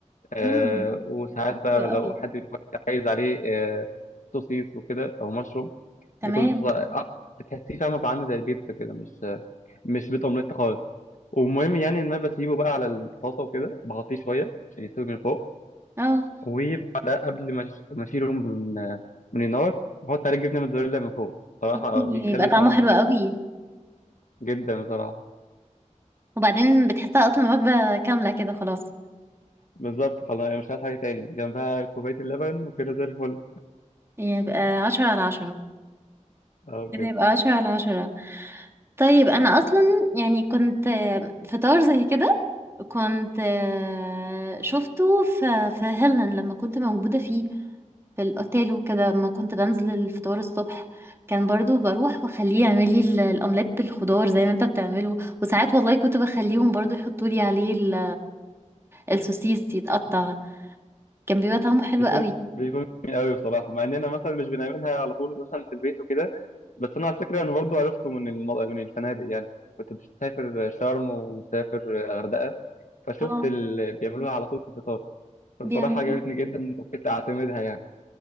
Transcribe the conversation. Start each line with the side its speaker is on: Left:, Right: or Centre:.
Left: آه
Right: مم.
Left: وساعات بقى
Right: حلو
Left: لو
Right: قوي
Left: حد بيكون عايز عليه آه سوسيس وكده او مشروم
Right: تمام
Left: بيكون في- آه، بتحسيه فاهمه بقى عامل زي البيتزا كده مش مش بيض اومليت خالص والمهم يعني ان انا بسيبه بقى على الطاسه وكده بغطيه شويه عشان يستوي من فوق
Right: اه
Left: وبعدها قبل ما أش- ما اشيله من آه، من النار بحط عليه جبنه موتزاريلا من فوق صراحه
Right: يعني
Left: بيخلي
Right: يبقى طعمه
Left: طعمه
Right: حلو قوي
Left: جدا بصراحه
Right: وبعدين بتحسها اصلا وجبة كاملة كده خلاص
Left: بالظبط خلاص أنا مش عايز حاجه تاني جنبها كوبايه اللبن وكده زي الفل
Right: يبقى عشرة على عشرة
Left: اه
Right: كده
Left: بجد.
Right: يبقى عشرة على عشرة طيب انا اصلا يعني كنت آه، فطار زي كده كنت آه، شفته في في هيلن لما كنت موجودة فيه في الاوتيل وكده ما كنت بنزل الفطار الصبح كان برضو بروح واخليه يعمل لي ال- الاومليت بالخضار زي ما انت بتعمله وساعات والله كنت بخليهم برضو يحطوا لي عليه ال- السوسيس يتقطع كان بيبقى طعمه حلو
Left: بيكون
Right: قوي
Left: بيكون جميل قوي بصراحه مع اننا مثلا مش بنعملها على طول مثلا في البيت وكده بس انا على فكره انا برضو عرفته من الم... من الفنادق يعني كنت مسافر شرم ومسافر غردقه فشفت
Right: اه
Left: اللي بيعملوها على طول في الفطار فبصراحه
Right: بيعملوه
Left: عجبتني جدا وكنت اعتمدها يعني